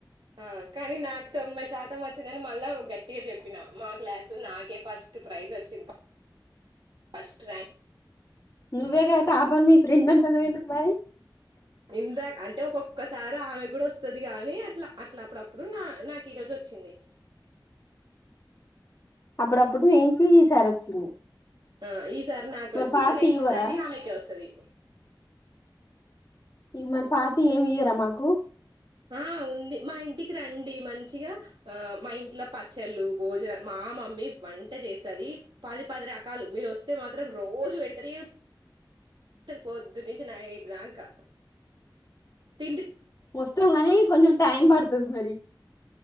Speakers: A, on the right; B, on the left.
A: ఆహ్ కానీ నాకు తొంభై శాతం వచ్చిందని మళ్ళా గట్టిగా చెప్పినా మా క్లాసు లో నాకే ఫస్ట్ ప్రైజ్ వచ్చింది ఫస్ట్ ర్యాంక్
B: నువ్వేగా టాపర్ మీ ఫ్రెండ్ అంటున్నావ్ ఎందుకు మరి
A: ఇందా అంటే ఒక్కో ఒకసారి ఆమె కూడా వస్తది గాని అట్లా అట్లా అప్పుడప్పుడు నా నాకు ఈ రోజు వచ్చింది
B: అప్పుడప్పుడు నీకి ఈసారి వచ్చింది
A: ఆహ్ ఈ సారి నాకు
B: మరి
A: వచ్చింది
B: పార్టీ
A: నెక్స్ట్
B: ఇవ్వరా
A: సారి ఆమెకే వస్తది
B: ఇ మరి పార్టీ ఏమి ఇయ్యరా మాకు
A: ఆహ్ ఉంది మా ఇంటికి రండి మంచిగా ఆహ్ మా ఇంట్లో పచ్చళ్ళు భోజనాలు మా మమ్మీ వంట చేసది పది పది రకాలు మీరు వస్తే మాత్రం రోజు పెడుతనే ఉం పోద్దు నుంచి నడుద అకా తి
B: వస్తంగానీ కొంచెం టైమ్ పడుతుంది అ మరి